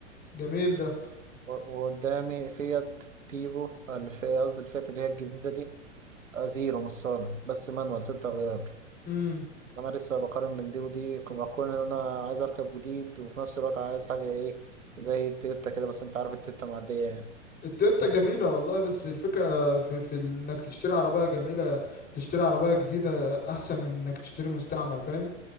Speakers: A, on the left; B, on the right.
A: جميل ده
B: و- وقدامي فيات تيبو الفئة قصدي الفئة اللي هي الجديدة دي آه، زيرو مش صالة بس مانوال ستة غيار
A: امم
B: أنا لسه بقارن بين دي ودي بقول إن أنا عايز أركب جديد وفي نفس الوقت عايز حاجة إيه زي التويوتا كده بس أنت عارف التويوتا معدية يعني
A: التويوتا جميلة والله بس الفكرة آه، في, في انك تشتري عربية جميلة تشتري عربية جديدة احسن من انك تشتري مستعمل فاهم؟